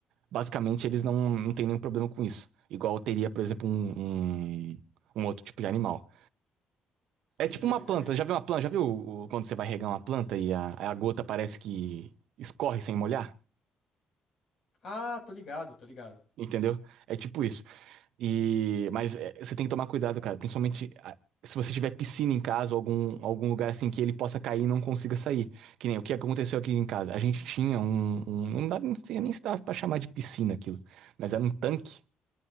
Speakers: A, on the right; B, on the left.
A: Basicamente, eles não, não têm nenhum problema com isso. Igual teria, por exemplo, um, um, um outro tipo de animal. É
B: Entendi,
A: tipo uma
B: mas
A: planta.
B: é. é,
A: Já viu uma planta? Já viu o- quando você vai regar uma planta e a, a gota parece que escorre sem molhar?
B: Ah, tô ligado, tô ligado.
A: Entendeu? É tipo isso. E, mas é, você tem que tomar cuidado, cara. Principalmente ah, se você tiver piscina em casa ou algum, algum lugar assim que ele possa cair e não consiga sair. Que nem o que aconteceu aqui em casa. A gente tinha um. um não dá, não sei nem se dá pra chamar de piscina aquilo. Mas era um tanque